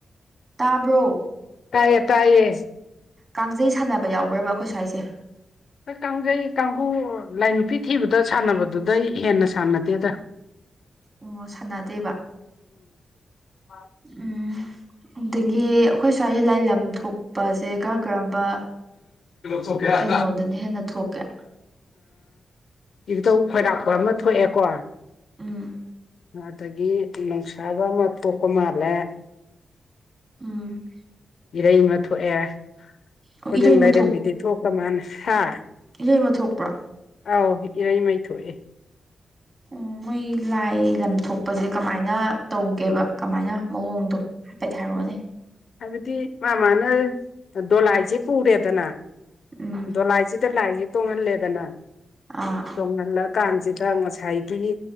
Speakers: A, on the right; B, on the left.
A: ꯇꯥꯕ꯭ꯔꯣ
B: ꯇꯥꯏꯌꯦ ꯇꯥꯏꯌꯦ
A: ꯀꯥꯡꯖꯩ ꯁꯥꯟꯅꯕ ꯌꯥꯎꯕ꯭ꯔꯕ ꯑꯩꯈꯣꯏ ꯁ꯭ꯋꯥꯏꯁꯦ
B: ꯀꯥꯡꯖꯩ ꯀꯥꯡꯈꯨ ꯂꯥꯏ ꯅꯨꯄꯤ ꯊꯤꯕꯗ ꯁꯥꯟꯅꯕꯗꯨꯗꯩ ꯍꯦꯟꯅ ꯁꯥꯟꯅꯗꯦꯗ
A: ꯑꯣ ꯁꯥꯟꯅꯥ ꯗꯦꯕ
B: ꯍꯥ
A: ꯎꯝ ꯑꯗꯒꯤ ꯑꯩꯈꯣꯏ ꯁ꯭ꯋꯥꯏꯁꯤ ꯂꯥꯏ ꯂꯝ ꯊꯣꯛꯄꯁꯦ ꯀꯔꯝ ꯀꯔꯝꯕ
B: ꯊꯣꯛꯀꯦ ꯑ
A: ꯀꯩꯅꯣꯗꯅ ꯍꯦꯟꯅ ꯊꯣꯛꯀꯦ
B: ꯏꯙꯧ ꯈꯣꯏꯔꯥꯛꯄ ꯑꯃ ꯊꯣꯛꯑꯦꯀꯣ
A: ꯎꯝ
B: ꯑꯗꯒꯤ ꯅꯨꯡꯁꯥꯕ ꯑꯃ ꯊꯣꯛꯄ ꯃꯥꯜꯂꯦ
A: ꯎꯝ
B: ꯏꯔꯩꯃ ꯊꯣꯛꯑꯦ
A: ꯑꯣ
B: ꯀꯣꯟꯖꯦꯡ
A: ꯏꯔꯩꯃ
B: ꯂꯥꯏꯔꯦꯝꯕꯤꯗꯤ ꯊꯣꯛꯈ꯭ꯔ ꯃꯥꯅꯤ ꯍꯥ
A: ꯏꯁꯩ ꯑꯃ ꯊꯣꯛꯄ꯭ꯔꯥ
B: ꯑꯥꯎ ꯏꯏ ꯃꯩ ꯊꯣꯛꯑꯦ
A: ꯎꯝ ꯃꯣꯏ ꯂꯥꯏ ꯂꯝꯊꯣꯛꯄꯁꯦ ꯀꯃꯥꯏꯅ ꯇꯧꯒꯦꯕ ꯀꯃꯥꯏꯅ ꯃꯑꯣꯡꯗꯣ ꯍꯥꯐꯦꯠ ꯍꯥꯏꯔꯛꯎꯅꯦ
B: ꯍꯥꯏꯕꯗꯤ ꯑꯥꯃꯥꯅ ꯗꯣꯂꯥꯏꯁꯦ ꯄꯨꯔꯦꯗꯅ
A: ꯎꯝ
B: ꯗꯣꯂꯥꯏꯁꯤꯗ ꯂꯥꯏꯁꯦ ꯇꯣꯡꯍꯜꯂꯦꯗꯅ
A: ꯑꯥ
B: ꯇꯣꯡꯍꯜꯂꯀꯥꯟꯁꯤꯗ ꯉꯁꯥꯏꯒꯤ